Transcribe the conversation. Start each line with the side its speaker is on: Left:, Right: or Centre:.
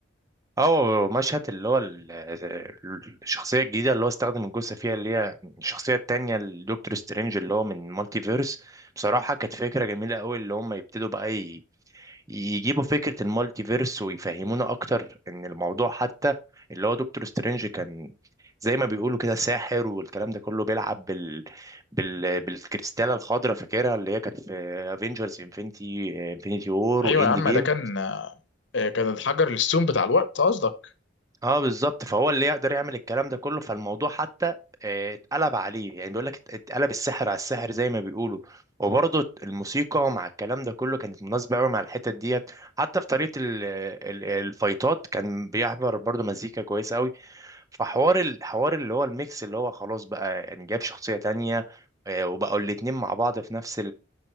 Right: او مشهد اللي هو ال- ال- الشخصيه الجديده اللي هو استخدم الجثه فيها اللي هي الشخصيه التانيه الدكتور سترينج اللي هو من مالتي فيرس بصراحه كانت فكره جميله قوي اللي هم يبتدوا بقى يجيبوا فكرة المالتي فيرس ويفهمونا أكتر إن الموضوع حتى اللي هو دكتور سترينج كان زي ما بيقولوا كده ساحر والكلام ده كله بيلعب بال... بال... بالكريستالة الخضراء فاكرها اللي هي كانت في افنجرز انفنتي انفنتي وور
Left: ايوه
Right: واند
Left: يا عم
Right: جيم
Left: ده كان آه، آه، كان الحجر السوم بتاع الوقت قصدك
Right: اه بالظبط فهو اللي يقدر يعمل الكلام ده كله فالموضوع حتى آه، اتقلب عليه يعني بيقول لك اتقلب السحر على السحر زي ما بيقولوا وبرضه الموسيقى مع الكلام ده كله كانت مناسبة قوي مع الحتت ديت حتى في طريقة ال- ال- الفايتات كان بيعبر برضه مزيكا كويسة قوي فحوار الحوار اللي هو الميكس اللي هو خلاص بقى يعني جاب شخصية تانية آه، وبقوا الاتنين مع بعض في نفس